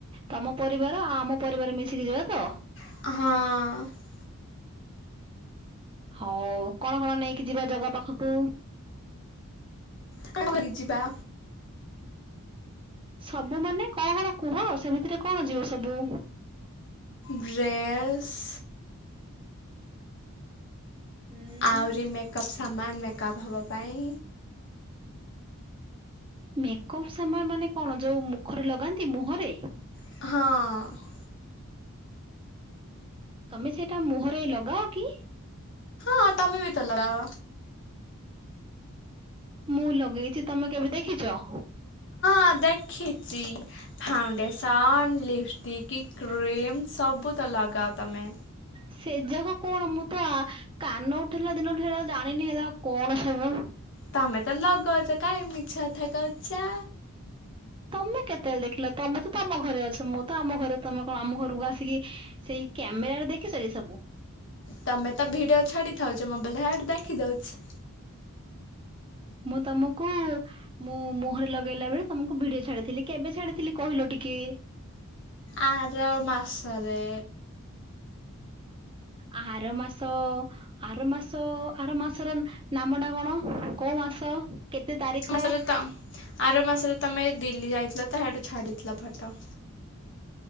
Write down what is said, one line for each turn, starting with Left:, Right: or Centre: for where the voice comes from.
Right: ତମ ପରିବାର ଆ ଆମ ପରିବାର ମିଶିକି ଯିବା ତ?
Left: ହଁ।
Right: ହଉ କଣ କଣ ନେଇକି ଯିବା ଜଗା ପାଖକୁ?
Left: <unintelligible> ଯିବା।
Right: ସବୁ ମମାନେ କଣ କୁହ ସେମିତିରେ କଣ ଯିବ ସବୁ।
Left: ଡ୍ରେସ୍।
Right: ହୁଁ
Left: ଆହୁରି ମେକପ୍ ସାମାନ ମେକଅପ୍ ହେବା ପାଇଁ।
Right: ମେକଅପ୍ ସାମାନ ମାନେ କଣ ଯେଉଁ ମୁଖରେ ଲଗାନ୍ତି ମୁହଁରେ?
Left: ହଁ।
Right: ତମେ ସେଇଟା ମୁହଁରେ ଲଗାଅ କି?
Left: ହଁ ତମେ ବି ତ ଲଗାଅ।
Right: ମୁଁ ଲଗେଇଛି ତମେ କେବେ ଦେଖିଛ?
Left: ଆ ଦେଖିଛି। ଫାଉଣ୍ଡେସନ୍ ଲିପଷ୍ଟିକ୍ କ୍ରିମ୍ ସବୁ ତ ଲଗାଅ ତମେ।
Right: ସେ ଯାକ କଣ ମୁଁ ତ ଆ କାନ ଉଠିଲା ଦିନଠୁ ହେରା ଜାଣିନି ହେରା କଣ ସବୁ।
Left: ତମେ ତ ଲଗଉଛ କାହିଁ ମିଛକଥା କହୁଛ।
Right: ତମେ କେତେବେଳେ ଦେଖିଲ ତମେ ତ ତମ ଘରେ ଅଛ ମୁଁ ତ ଆମ ଘରେ ତମେ କଣ ଆମ ଘରକୁ ଆସିକି ସେଇ କ୍ୟାମେରାରେ ଦେଖିଚ କି ସବୁ?
Left: ତମେ ତ ଭିଡିଓ ଛାଡି ଥାଉଛ ମୋବାଇଲରେ ହାଡ଼ୁ ଦେଖିଦୋଉଛି।
Right: ମୁଁ ତମକୁ ମୁଁ ମୁହରେ ଲଗେଇଲା ବେଳେ ତମକୁ ଭିଡିଓ ଛାଡିଥିଲି କେବେ ଛାଡିଥିଲି କହିଲ ଟିକେ?
Left: ଆର ମାସରେ।
Right: ଆର ମାସ ଆର ମାସ ଆର ମାସର ନାମ ଟା କଣ କୋଉ ମାସ? କେତେ ତାରିଖ?
Left: ମାସରେ ତ ଆର ମାସରେ ତମେ ଦିଲ୍ଲୀ ଯାଇଥିଲ ତ ହାଡ଼ୁ ଛାଡିଥିଲ ଫଟ।